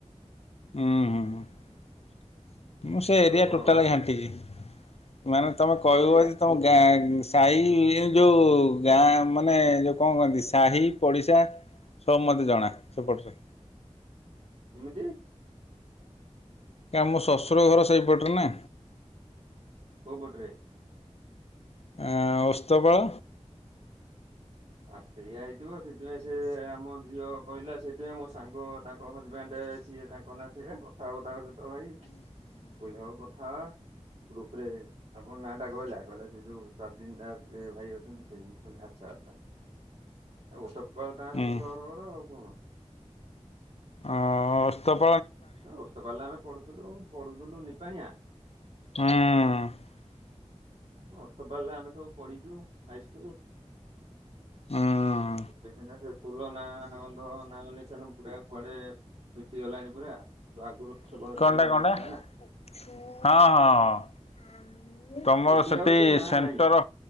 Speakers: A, on the left (about 60°); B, on the right (about 60°).
A: ଉଁ ହୁଁ ହୁଁ। ମୁଁ ସେ
B: ଦେଉଳ
A: ଏରିଆ
B: କଣ
A: ଟୋଟାଲ
B: ଘର
A: ଘାଣ୍ଟିକି। ମାନେ ତମେ କହିବଅଦି
B: କୋରିଆ
A: ତମ ଗାଁ ସାହି ଇଏ ଯୋଉଁ ଗାଁ ମାନେ ଯୋଉ କଣ କହନ୍ତି? ସାହି ପଡିଶା ସବୁ ମତେ ଜଣା ସେପଟରେ।
B: କିମିତି?
A: କା ମୋ ଶଶୁର ଘର ସେଇପଟରେ ନା।
B: କଉ ପଟ୍ରେ?
A: ଏଁ ଓସ୍ତବଳ!
B: ଆ ସେଇଆ ହେଇଥିବ। ସେଥିପାଇଁ ସେ ଆମ ଝିଅ କହିଲା ସେଇଥିପାଇଁ ମୋ ସାଙ୍ଗ ତାଙ୍କ ହଜବେଣ୍ଡେ ସିଏ, ତାଙ୍କ ନାଁ ସେଇଆ। କଥା ହବ ତାଙ୍କ ସହିତ ଭାଇ।
A: ଉଁ ହୁଁ ହୁ।
B: କହିଲି ହଉ କଥା ହବା। ଗ୍ରୁପ ରେ ଆପଣ ନାଁଟା କହିଲା। କହିଲେ ସେ ଯୋଉ ସାବ୍ଲିନ ଦାସ ଯେ ଭାଇ ଅଛନ୍ତି। ସେଇ ମୁଁ କହିଲି, ଆଛା ଆଛା। ଓତ୍ପଳ ତାଙ୍କ
A: ହୁଁ
B: ଶଶୁର ଘର ଘର ଆଉ କଣ?
A: ଅଁ-ଅ ଓସ୍ତୋପ
B: ଓସ୍ତୋପାଲ୍ ରେ ଆମେ ପଢୁଥୁଲୁ ପଢୁଥୁଲୁ। ନିପାଣିଆ
A: ହଁ।
B: ଅସ୍ତ ବାରିଲେ ଆମେ ସବୁ ପଢିଛୁ ହାଇ ସ୍କୁଲ।
A: ହଁ।
B: ସେ ସ୍କୁଲ ନା ନା କନ୍ତ ନିଛେ ନ ପୁର ପଡେ। ମିଟି ଗଲାଣି ପୁରା ତ ଆଗରୁ। ଓସ୍ତପାଳ
A: କଣ୍ଟା
B: ସ୍କୁଲ ନାଁ ଥିଲା ନା
A: କଣ୍ଟାହଁ ହଁ। ତମର
B: ଏବେ
A: ସେଠି
B: ଆଉ ସେ ନାଁ
A: ସେଣ୍ଟର
B: ନାହିଁ।